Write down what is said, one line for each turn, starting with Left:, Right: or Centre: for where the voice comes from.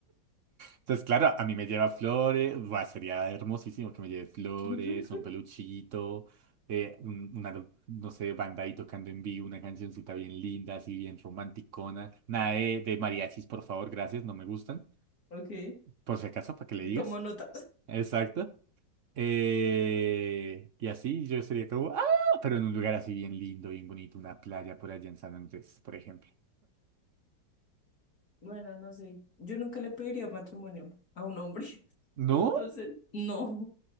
Right: Entonces, claro, a mí me lleva flores, va, sería hermosísimo que me lleve flores,
Left: <laughs>
Right: un peluchito, eh, un- una, no sé, banda ahí tocando en vivo, una cancioncita bien linda, así bien romanticona. Nada de, de mariachis, por favor, gracias, no me gustan.
Left: Ok,
Right: Por si acaso, para que le digas.
Left: tomo nota.
Right: Exacto. Eh, y así yo sería como, ¡ah! Pero en un lugar así bien lindo, bien bonito, una playa por allá en San Andrés, por ejemplo.
Left: Bueno, no sé. Yo nunca le pediría matrimonio a un hombre. <laughs>
Right: ¿No?
Left: Entonces, no.